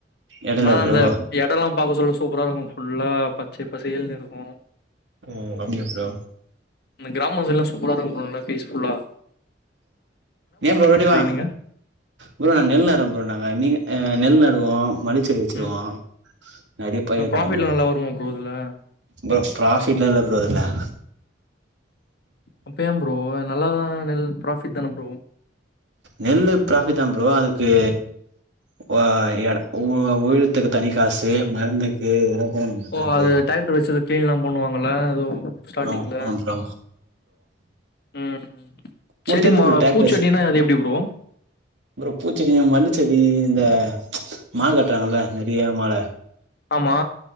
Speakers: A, on the right; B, on the left.
A: எடைல
B: ஆனா
A: ப்ரோ
B: அந்த எட எல்லா பாக்க சொல்ல சூப்பரா இருக்கு ஃபுல்லா ப ச்ச பசேல்னு இருக்கு
A: ம் அப்டியா ப்ரோ
B: இந்த கிராம சைடுல எல்லா சூப்பரா இருக்கு ப்ரோ நல்லா பீஸ் ஃபுல்லா
A: ஏன் ப்ரோ ரெடிதா
B: நீங்க
A: ப்ரோ நா நெல் அறுப்போ நாங்க நீங்க எ நெல் நடுவோ மல்லிச்செடி வெச்சிருவோ
B: ம்
A: நெறய பயிர்
B: ஆ ப்ராஃபிட்லா
A: வளப்போ
B: நல்லா வருமா ப்ரோ இதுல?
A: ப்ரோ கிராஸ் வீட்லதா ப்ரோ இருப்ப
B: அப்ப ஏன் ப்ரோ நல்லதா நெல் ப்ராஃபிட்தான ப்ரோ
A: நெல்லு பராஃபிட்தா ப்ரோ அதுக்கு இப்போ எட உ உயிலத்துக்கு தனி காசு மருந்துக்கு கூட
B: ஓ
A: ப்ரோ
B: அது டிராக்டர் வெச்சு எதோ கிளீன்ல்லா பண்ணுவாங்கல்ல அதுவு ஸ்டார்டிங்ல
A: ஆமா ஆமா ப்ரோ
B: ம் செடி
A: உங்களுக்கு தெரிது
B: மா
A: ப்ரோ டெக்
B: பூச்செடினா
A: ஃபேஸ்
B: அது எப்டி ப்ரோ?
A: ப்ரோ பூச்செடி, மல்லுச்செடி இந்த மால கட்றாங்கல்ல நெரியா மால
B: ஆமா